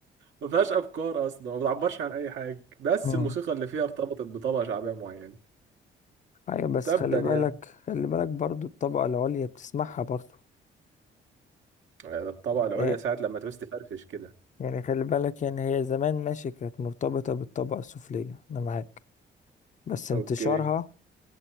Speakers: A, on the right; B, on the left.
A: ما فيهاش افكار اصلا ما بتعبرش عن اي حاجة بس
B: مم.
A: الموسيقى اللي فيها ارتبطت بطبقة شعبية معينة
B: ايوه بس
A: تبا
B: خلي بالك
A: يا
B: خلي بالك برضو الطبقة العليا بتسمعها برضو
A: آه، الطبقة
B: يعني
A: العليا ساعة لما تعوز تفرفش كده
B: يعني خلي بالك يعني هي زمان ماشي كانت مرتبطة بالطبقة السفلية انا معاك بس انتشارها
A: اوكي